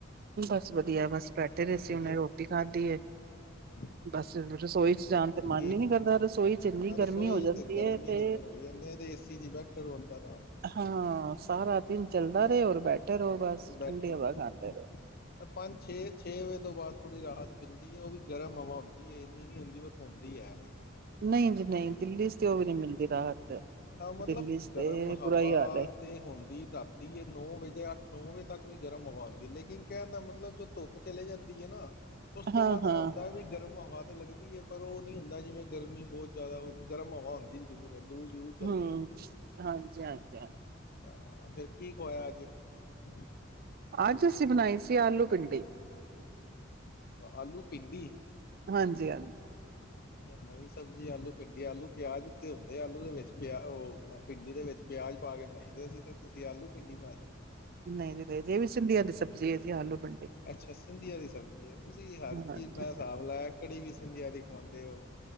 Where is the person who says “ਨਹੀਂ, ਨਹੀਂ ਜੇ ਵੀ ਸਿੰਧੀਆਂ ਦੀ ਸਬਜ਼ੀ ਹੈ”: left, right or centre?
Right